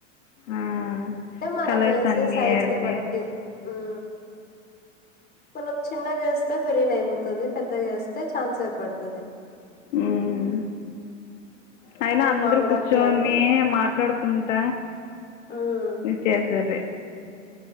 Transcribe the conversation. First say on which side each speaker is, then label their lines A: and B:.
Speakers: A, on the left (about 75°); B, on the left (about 25°).
A: ఆ
B: మనం
A: కలర్స్
B: వేసే
A: అన్నీ
B: సైజ్
A: వేసి
B: ని బట్టి ఉమ్ మనం చిన్నగా వేస్తే బిర్యానీ అయిపోతది పెద్దగా వేస్తే చానా సేపు పడతాది
A: మ్మ్. అయినా అందరు
B: మామిడాకులన్నీ
A: కూర్చోని మాట్లాడుకుంట
B: ఉమ్
A: చేసేది